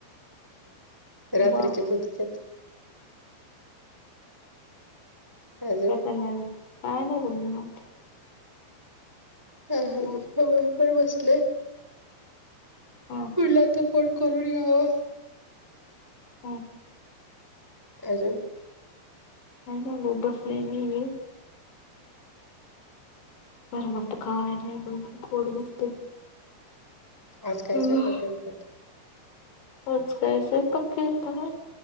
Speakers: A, in the centre; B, on the left.
A: रात्रीचे
B: मग
A: भूतच आहेत. अजून
B: कस नाय काय नाही बोलली ना.
A: हा हा
B: तुझं
A: <unintelligible> पण बसले
B: हा
A: पुढला तर. सपोर्ट करून घ्यावा.
B: हम्म.
A: अजून
B: काय नाही बस बसले <unintelligible> <unintelligible>
A: आज काय
B: तुझं?
A: स्वयंपाक करितात?
B: आज काय स्वयंपाक केलता काय